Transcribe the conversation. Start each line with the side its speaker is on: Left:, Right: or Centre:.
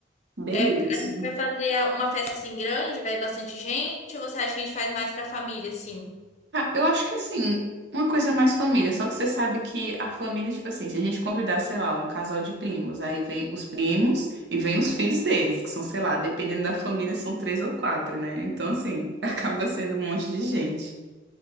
Right: Beleza.
Left: É, a gente vai fazer uma festa assim grande, vai bastante gente, ou você acha que a gente faz mais pra família, assim?
Right: Ah, eu acho que assim, uma coisa é mais família, só que você sabe que a família, tipo assim, se a gente convidar, sei lá, um casal de primos, aí vem os primos e vem os filhos deles, que são, sei lá, dependendo da família, são três ou quatro, né? Então, assim, <laughs> acaba sendo um monte de gente.